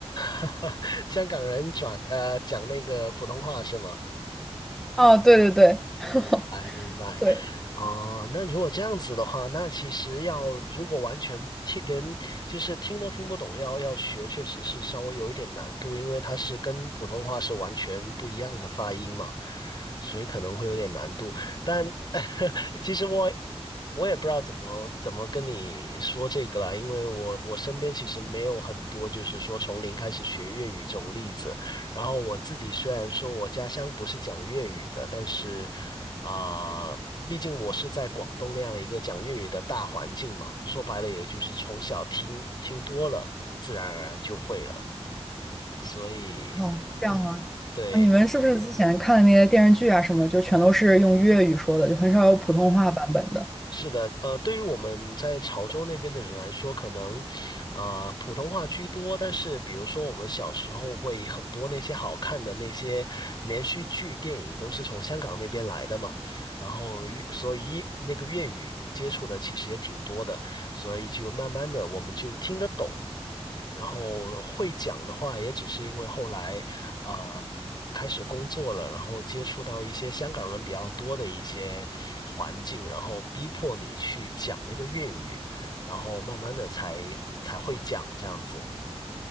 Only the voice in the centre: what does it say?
哦，对对对，<laughs>
对。
哦，这样啊，
啊，你们是不是之前看的那些电视剧啊什么，就全都是用粤语说的，就很少有普通话版本的？